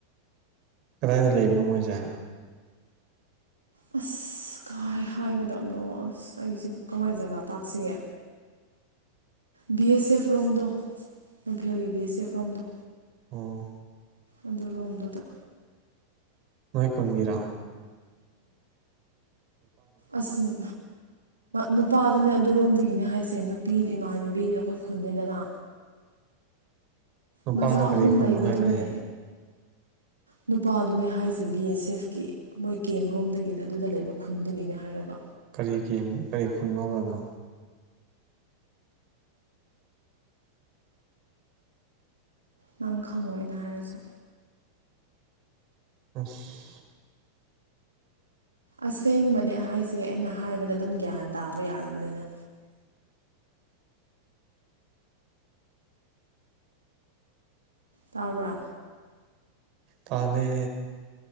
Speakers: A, on the right; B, on the right.
A: ꯀꯗꯥꯏꯗ ꯂꯩꯕꯅꯣ ꯃꯣꯏꯁꯦ
B: <unintelligible> ꯑꯁ ꯀꯥꯏ ꯍꯥꯏꯒꯗꯕꯅꯣ ꯑꯁ ꯑꯩꯁꯤꯦꯕꯨ ꯀꯃꯥꯏꯅ ꯖꯒꯥ ꯇꯥꯛꯁꯤꯒꯦ ꯕꯤ ꯑꯦꯁ ꯑꯦꯐ ꯔꯣꯝꯗ ꯂꯝꯐꯦꯜꯒꯤ ꯕꯤ ꯑꯦꯁ ꯑꯦꯐ ꯔꯣꯝꯗ
A: ꯑꯣ
B: ꯑꯗꯨ ꯔꯣꯝꯗꯨꯗ
A: ꯅꯣꯏ ꯀꯟꯒꯔꯥ
B: ꯑꯁꯃꯤ ꯅꯨꯄꯥꯗꯨꯅꯦ ꯑꯗꯨꯔꯣꯝꯗꯨꯒꯤꯅꯦ ꯍꯥꯏꯁꯦ ꯅꯨꯄꯤ ꯏꯃꯥꯟꯅꯕꯤꯅꯤꯅ ꯑꯩꯈꯣꯏ ꯈꯨꯟꯅꯤꯗꯅ
A: <unintelligible> ꯅꯨꯄꯥꯗꯣ
B: ꯃꯆꯥ
A: ꯀꯔꯤ
B: ꯑꯍꯨꯝ
A: ꯈꯨꯟꯅꯣ
B: ꯂꯩꯕꯗꯨꯅꯦ
A: ꯍꯥꯏꯕꯅꯦ <unintelligible>
B: ꯅꯨꯄꯥꯗꯨꯅꯦ ꯍꯥꯏꯁꯦ ꯕꯤ ꯑꯦꯁ ꯑꯦꯐꯀꯤ ꯃꯣꯏ ꯀꯦꯝꯦꯝ ꯔꯣꯝꯗꯒꯤꯅꯤ ꯑꯗꯨꯗ ꯂꯩꯕ ꯈꯨꯟꯗꯒꯤꯅꯦ ꯍꯥꯏꯔꯒ
A: ꯀꯔꯤꯒꯤ ꯀꯔꯤ ꯈꯨꯟꯅꯧꯕꯅꯣ
B: ꯅꯪ ꯈꯪꯉꯣꯅ ꯍꯥꯏꯔꯁꯨ
A: ꯑꯁ
B: ꯑꯁꯦꯡꯕꯅꯦ ꯍꯥꯏꯁꯦ ꯑꯩꯅ ꯍꯥꯏꯕꯗ ꯑꯗꯨꯝ ꯒ꯭ꯌꯥꯟ ꯇꯥꯕ ꯌꯥꯔꯕꯅꯤꯅ
A: <unintelligible>
B: ꯇꯥꯕ꯭ꯔ
A: ꯇꯥꯗ